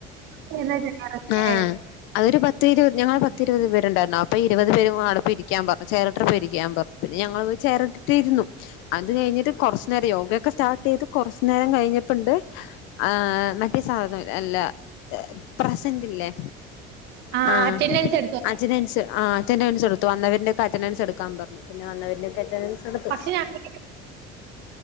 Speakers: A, on the right; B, on the left.
A: ചെയ്യുന്ന ജനറൊക്കെ
B: ആഹ് അതൊരു പത്തിരുപത് ഞങ്ങള് പത്തിരുപത് പേരുണ്ടായിരുന്നു അപ്പ ഇരുപത് പേരും കൂടെ അവിടെ പോയി ഇരിക്കാൻ പറഞ്ഞു ചെയറിട്ട് ഇരിക്കാൻ പറഞ്ഞു പിന്നെ ഞങ്ങൾ പോയി ചെയറിട്ടിട്ട് ഇരുന്നു അത് കഴിഞ്ഞിട്ട് കൊറച്ചു നേരം യോഗയൊക്കെ സ്റ്റാർ സ്റ്റാർട്ട് ചെയ്ത് കുറച്ച് നേരം കഴിഞ്ഞപ്പുണ്ട് ആഹ് മറ്റേ സാധനം അല്ലേ അല്ല പ്രസന്റ്ല്ലേ
A: ആ
B: ആഹ്
A: അറ്റൻഡൻസ് എടുത്തോളാം
B: അറ്റൻഡൻസ് അറ്റൻഡൻസ് എടുത്തു വന്നവരന്റെ ഒക്കെ അറ്റൻഡൻസ് എടുക്കാൻ പറഞ്ഞു പിന്നെ വന്നവന്റെ ഒക്കെ അറ്റൻഡൻസ് എടുത്തു
A: പക്ഷെ ഞങ്ങൾ